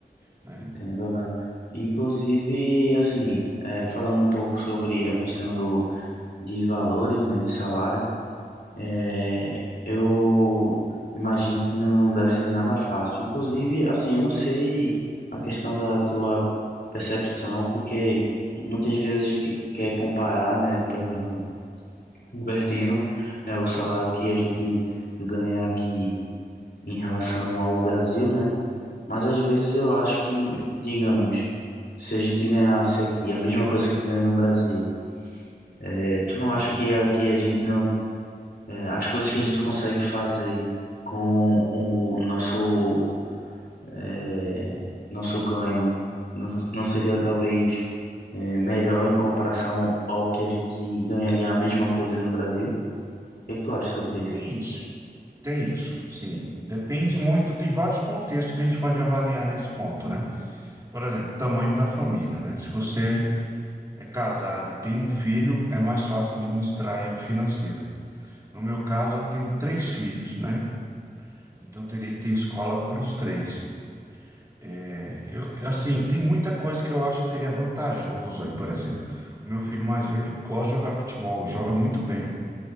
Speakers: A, on the right (about 20°); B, on the left (about 80°).
A: né?
B: Entendo, Alan. Inclusive, assim, é, falando um pouco sobre a questão do, de valores, né, de salário, é, eu imagino que não deve ser nada fácil. Inclusive, assim, eu não sei a questão da tua percepção, porque muitas vezes a gente quer comparar, né, por exemplo, convertendo, né, o salário que a gente ganha aqui em relação ao Brasil, né? Mas às vezes eu acho que, digamos, se a gente ganhasse aqui a mesma coisa que ganha no Brasil, eh, tu não acha que aqui a gente não, eh, as coisas que a gente consegue fazer com o nosso, eh, nosso ganho não, não seria talvez eh, melhor em comparação ao que a gente ganharia a mesma coisa no Brasil? O que é que tu acha sobre isso?
A: Tem isso, tem isso, sim. Depende muito, tem vários contextos que a gente pode avaliar nesse ponto, né? Por exemplo, tamanho da família, né? Se você é casado e tem um filho, é mais fácil administrar aí o financeiro. No meu caso, eu tenho três filhos, né? Então, teria que ter escola para os três. É, eu, assim, tem muita coisa que eu acho que seria vantajoso aí, por exemplo. O meu filho mais velho gosta de jogar futebol, joga muito bem.